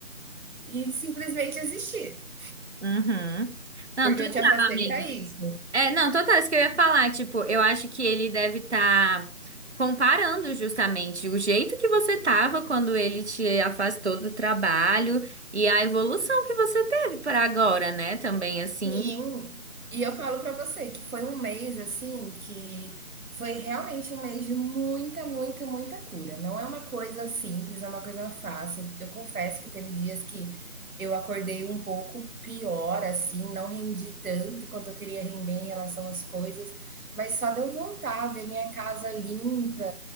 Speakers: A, on the right (about 85°); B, on the right (about 50°).
A: e simplesmente existir,
B: Uhum. Não,
A: porque
B: total,
A: eu te afastei
B: amiga.
A: para isso.
B: É, não, total, isso que eu ia falar, tipo, eu acho que ele deve estar comparando justamente o jeito que você tava quando ele te afastou do trabalho e a evolução que você teve para agora, né? Também assim.
A: Sim, e eu falo pra você que foi um mês assim que foi realmente um mês de muita, muita, muita cura. Não é uma coisa simples, não é uma coisa fácil. Eu confesso que teve dias que eu acordei um pouco pior, assim, não rendi tanto quanto eu queria render em relação às coisas, mas só de eu voltar, ver minha casa limpa,